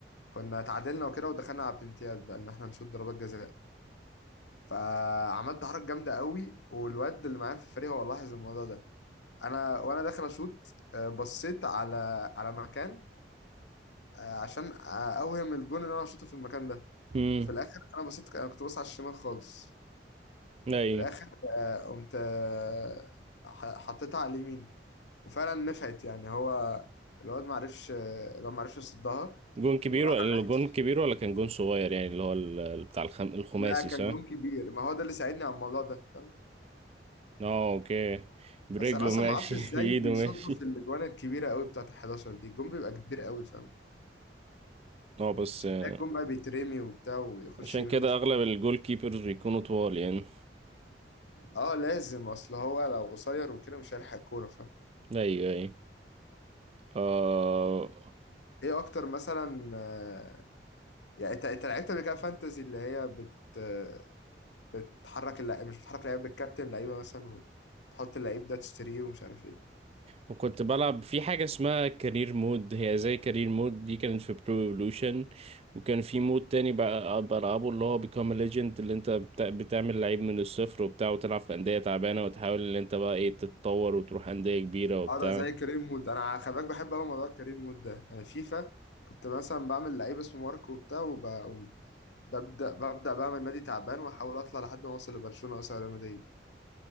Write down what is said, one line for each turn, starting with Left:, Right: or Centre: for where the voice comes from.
Left: كنا اتعادلنا وكده ودخلنا على بلنتيات بقى ان احنا نشوط ضربات جزاء فعملت حركه جامده قوي والواد اللي معايا في الفريق هو لاحظ الموضوع ده انا وانا داخل اشوط آه، بصيت على على مكان آه، عشان آه، اوهم الجون ان انا اشوطه في المكان ده
Right: امم
Left: وفي الاخر انا بصيت انا كنت باصص على الشمال خالص
Right: اي
Left: في الاخر آه، قمت آه، ح- حطيتها على اليمين وفعلا نفعت يعني هو الواد ما عرفش آه، الواد ما عرفش يصدها
Right: جون كبير
Left: وراح
Right: ولا
Left: على العكس.
Right: جون كبير ولا كان جون صغير يعني اللي هو ال- بتاع الخم... الخماسي
Left: لا كان
Right: صح
Left: جون كبير ما هو ده اللي ساعدني على الموضوع ده فاهم
Right: اه اوكي برجله
Left: بس انا اصلا
Right: ماشي
Left: ما اعرفش ازاي
Right: <laughs> بايده
Left: بيصدوا
Right: ماشي
Left: في الاجوان الكبيره قوي بتاعت ال 11 دي الجون بيبقى كبير قوي فاهم
Right: اه بس
Left: بس
Right: آه،
Left: بتلاقي الجون بقى بيترمي وبتاع ويخش
Right: عشان
Left: يمين
Right: كده
Left: يخش
Right: اغلب الجول كيبرز بيكونوا طوال يعني
Left: اه لازم اصل هو لو قصير وكده مش هيلحق الكوره فاهم
Right: ايوه ايوه آه
Left: ايه اكتر مثلا آه، يعني انت انت لعبت قبل كده فانتزي اللي هي بت آه، بتحرك اللعيب مش بتحرك اللعيب بتكابتن لعيبه مثلا وتحط اللعيب ده تشتريه ومش عارف ايه
Right: وكنت بلعب في حاجة اسمها كارير مود هي زي كارير مود دي كانت في برو ايفولوشن وكان في مود تاني بقى بلعبه اللي هو بيكام ليجند اللي انت بتا- بتعمل لعيب من الصفر وبتاع وتلعب في أندية تعبانة وتحاول ان انت بقى ايه تتطور وتروح أندية كبيرة وبتاع
Left: اه ده زي كريم وود انا خلي بالك بحب قوي موضوع كريم وود ده يعني فيفا كنت مثلا بعمل لعيب اسمه ماركو وبتاع وببدا ببدا بعمل نادي تعبان واحاول اطلع لحد ما اوصل لبرشلونه مثلا ريال مدريد